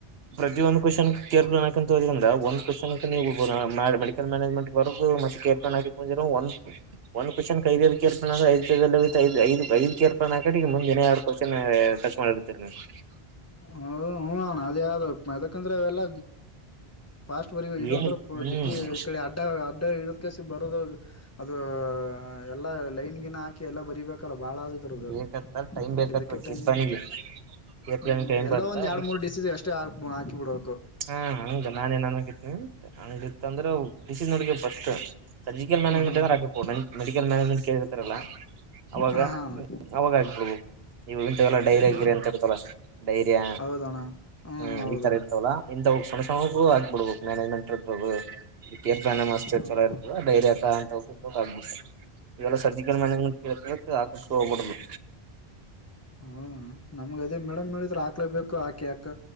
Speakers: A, on the right; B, on the left.
A: ಪ್ರತಿಯೊಂದು ಕ್ವಶನ್ ಕೇರ್ ಪನ್ ಹಾಕಂತ ಹೋದ್ರ್ ಒಂದ. ವನ್ ನೀವು ಮೆಡಿಕಲ್ ಮ್ಯಾನೇಜ್ಮೆಂಟ್ ಬರೆ ಮತ್ತೆ ಕೇರ್ಫೋನ್ ಒಂದ್ ಒಂದ್ ಕ್ಯೂಷನ್. ಐದೈಐ ಕರ್ನ್ ಐದುಐ ಐ ಐದು ಐದು ಕರ್ಪನ್ ಹಾಕಡಿ ಈಗ ಮುಂದ್ ಎನ್ನ ಎರಡ್ ಕ್ಯೂಷನ್ ಟಚ್ ಮಾಡಿರ್ತೀರ ನೀವ್. ಹ <unintelligible>
B: ಹೌದ ಹ್ಮ್ ಅಣ್ಣಾ ಅದ ಯಾವ್ದಪ್ಪ ಅದಕಂದ್ರೆ ಅವೆಲ್ಲ. ಫಾಸ್ಟ್ ಬರಿ ಇದು
A: ಏನಿಲ್ಲ
B: ಅಂದ್ರೆ
A: ಹ್ಮ್
B: ಜಗ್ಗಿ ಈ ಕಡೆ ಅಡ್ಡ ಅಡ್ಡ ಇಡೋದಕಸ ಬರೋದು. ಅದು ಎಲ್ಲ ಲೈನ. ಈಗಿನ ಹಾಕಿ ಎಲ್ಲಾ ಬರಿಬೇಕಲ್ಲ ಬಾಳ ಆದಿದ್ರದು
A: ಬೇಕತ್ತ ಟೈಮ್ ಬೇಕತ್ತ
B: ಇದಕ್ಕೆ
A: ಕೇರ್
B: ಟೈಮ್
A: ಪ್ಲಾನಿಗೆ
B: ಹಿಡಿತದ್.
A: ಕೇರ್
B: ಹ್ಮ್
A: ಪ್ಲಾನಿಗೆ ಟೈಮ್
B: ಎಲ್ಲ
A: ಬತ್ತ
B: ಒಂದ
A: ಅದಕ್ಕೆ
B: ಎರಡ್ ಮೂರ್ ಡಿಸಸ ಎಷ್ಟಾಕ್ ಹಾಕಿ ಬಿಡಬೇಕು.
A: ಹಾ ಹಂಗ ನಾನ್ ಏನ್ ಅನ್ಕಿದನಿ ಹಂಗಿತ್ತ ಅಂದ್ರ ಬಿಸಿ ನೋಡ್ಗ ಫಸ್ಟ್. ಸರ್ಜಿಕಲ್ ಮ್ಯಾನೇಜ್ಮೆಂಟ್
B: ಹ ಹಾ
A: ಇದ್ದೂರ್ ಹಾಕ್ಬೇಕು ಮೆಡಿಕಲ್ ಮ್ಯಾನೇಜ್ಮೆಂಟ್ ಕೇಳಿರ್ತಾರಲ್ಲ. ಅವಾಗ
B: ಹ ಹಾ ಅಣ್ಣ
A: ಅವಾಗ ಆಗ್ಬಿಡ್ಬೇಕು ಇವ ಇಂತವೆಲ್ಲ ಡೈರಿ ಆಗಿರಿ
B: ಹ
A: ಅಂತ ಇರ್ತಲ್ಲ ಡೈರಿಯ
B: ಹೌದಣ್ಣ
A: ಹ್ಮ್
B: ಹೌದಣ್ಣ
A: ಈ ತರ ಇರ್ತವಲ್ಲಾ ಇಂತ ಸಣ್ಣ ಸಣಗು. ಬಿಡ್ಬಕ್ ಮ್ಯಾನೇಜ್ಮೆಂಟ್ ಇರ್ಬರ್
B: ಹ ಹ್ಮ್
A: ಚಲ ಇರ್ತದ ಡೈರ್ಯ ಅಂತ ಹೋಗ ಇ ಈವೆಲ್ಲ ಸರ್ಜಿಕಲ್ ಮ್ಯಾನೇಜ್ಮೆಂಟ್ ಹಾಕೆಕ್ ಹೋಗ್ಬಡದು.
B: ಹ ನಮ್ಗ ಅದೇ ಮೇಡಮ್ ಹೇಳಿದ್ರ ಹಾಕ್ಲೇ ಬೇಕು ಆಕೆ ಅಕ್ಕ